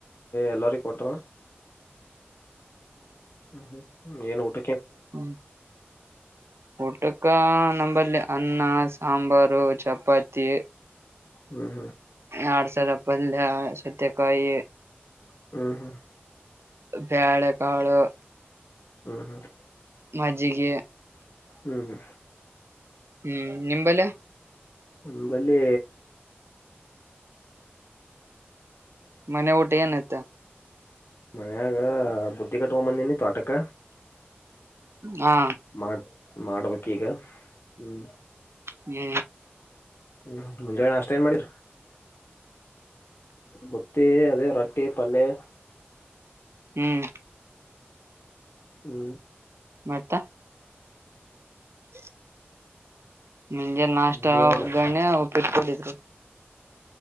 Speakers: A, on the left; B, on the right.
A: ಎಲ್ಲರಿ ಕೊಟರು ಹ್ಮ್ ಹ್ಮ್್ಮ್ ಏನ್ ಊಟ
B: ಹ್ಮ್ ಊಟ್ಟೆ ಅಕ್ಕ ನಂಬರ್ಲ್ಲಿ ಅನ್ನ ಸಾಂಬಾರು ಚಪಾತಿ
A: ಹ್ಮ್
B: ಆಡುಸರಪ್ಪಲ್ಲ ಸೌತೆಕಾಯಿ
A: ಹ್ಮ್ ಹ್ಮ್
B: ಬೇಳೆಕಾಳು
A: ಹ್ಮ್ ಹ್ಮ್ ಹ್ಮ್
B: ಮಜ್ಜಿಗೆ
A: ಹ್ಮ್
B: ಹ್ಮ್ ನಿಂಬಲ್ಲ
A: ಹ ಬಲ್ಲಿ
B: ಮನೆ ಊಟೆಏನ್ತ
A: ಮನ್ಯಾಗ ಬುದ್ಧಿ ಕಟ್ಕೊಂಡಂಬಂದನಿ ತೋಟಕ
B: ಹಾ
A: ಮಾಡ ಮಾಡ್ಬೇಕ ಈಗ ಹ್ಮ್
B: ಹ್ಮ
A: ಹ್ಮ್ ಮುಂಜ ನಷ್ಟ ಏನ್ ಮಾಡಿರ ಬುತ್ತಿ ಅದೇ ರೊಟ್ಟಿ ಪಲ್ಲೆ
B: ಹ್ಮ್
A: ಹ್ಮ್
B: ಮತ್ತ ಹ ಮುಂಜೆ ನಾಷ್ಟ
A: ಮುಂಜಾಳೆ
B: ಒಗ್ಗರಣೆ
A: ನಾಷ್ಟ
B: ಉಪ್ಪಿಟ್ಕಡಿದ್ರು